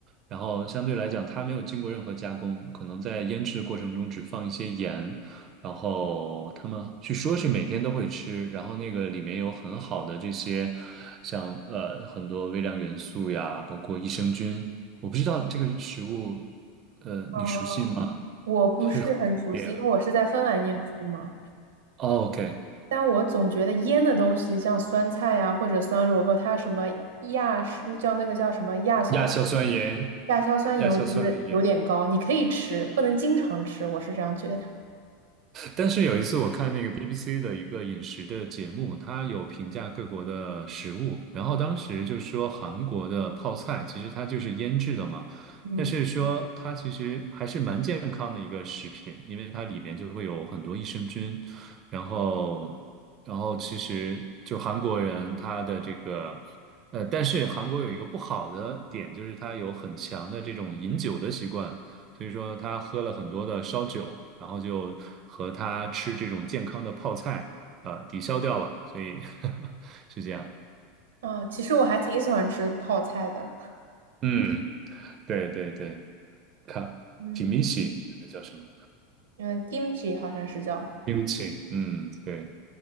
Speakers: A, on the right; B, on the right.
A: 然后相对来讲它没有经过任何加工，可能在腌制的过程中只放一些盐，然后他们据说是每天都会吃，然后那个里面有很好的这些，像呃很多微量元素呀，包括益生菌。我不知道这个食物呃，
B: 呃我不是很熟悉，
A: 你熟悉吗？是很普遍。
B: 因为我是在芬兰念书嘛，
A: OK，OK，
B: 但我总觉得腌的东西，像酸菜啊或者酸萝卜，它什么亚是叫那个叫什么亚硝。
A: 亚硝酸盐，
B: 亚硝酸盐我就觉得有点高，
A: 亚硝酸盐。
B: 你可以吃，不能经常吃，我是这样觉得。
A: 但是有一次我看那个 BBC 的一个饮食的节目，它有评价各国的食物，然后当时就说韩国的泡菜其实它就是腌制的嘛，
B: 嗯
A: 但是说它其实还是蛮健康的一个食品，因为它里面就会有很多益生菌，然后然后其实就韩国人他的这个。呃，但是韩国有一个不好的点，就是它有很强的这种饮酒的习惯，所以说他喝了很多的烧酒，然后就和他吃这种健康的泡菜，呃，抵消掉了，所以 <laughs> 是这样。
B: 啊，其实我还挺喜欢吃泡菜的，
A: 嗯，对对对，看
B: 嗯
A: kimchi 那叫什么
B: 嗯，kimchi 好像是叫，
A: ？kimchi，嗯，对。